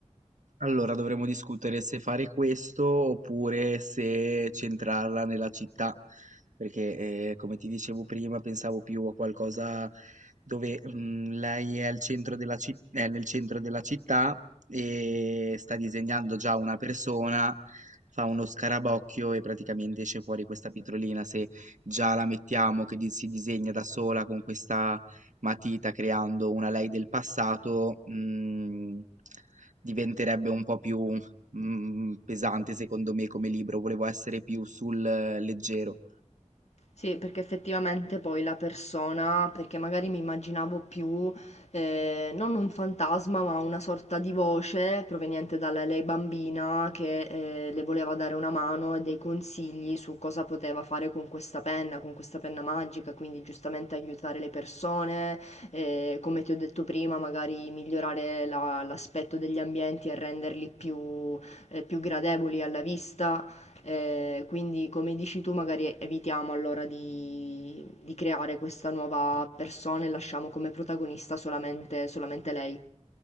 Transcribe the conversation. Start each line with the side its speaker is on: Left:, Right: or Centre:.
Right: Allora dovremmo discutere se fare questo oppure se centrarla nella città, perché eh, come ti dicevo prima pensavo più a qualcosa dove mm, lei è, al centro della cit- è nel centro della città e sta disegnando già una persona, fa uno scarabocchio e praticamente esce fuori questa pietrolina. Se già la mettiamo che di- si disegna da sola con questa matita creando una lei del passato, mm, diventerebbe un po' più, mhmm, pesante secondo me come libro, volevo essere più sul eh, leggero.
Left: Sì, perché effettivamente poi la persona, perché magari mi immaginavo più eh, non un fantasma, ma una sorta di voce proveniente dalla lei bambina che eh, le voleva dare una mano e dei consigli su cosa poteva fare con questa penna, con questa penna magica, quindi giustamente aiutare le persone, eh, come ti ho detto prima, magari migliorare la- l'aspetto degli ambienti e renderli più eh, più gradevoli alla vista Ehm, quindi come dici tu magari evitiamo allora di di creare questa nuova persona e lasciamo come protagonista solamente solamente lei.